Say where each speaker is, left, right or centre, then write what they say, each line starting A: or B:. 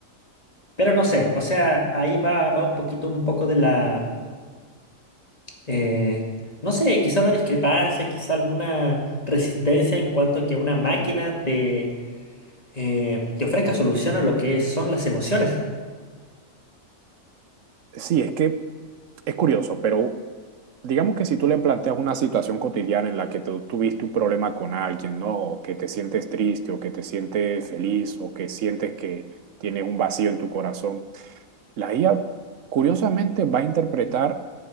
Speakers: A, on the left (about 30°); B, on the right (about 70°).
A: pero no sé, o sea, ahí va, va un poquito, un poco de la... eh, no sé, quizá una discrepancia, quizá alguna resistencia en cuanto a que una máquina te, eh, te ofrezca solución a lo que son las emociones.
B: Sí, es que es curioso, pero digamos que si tú le planteas una situación cotidiana en la que tú tuviste un problema con alguien, ¿no? O que te sientes triste, o que te sientes feliz, o que sientes que tienes un vacío en tu corazón, la IA curiosamente va a interpretar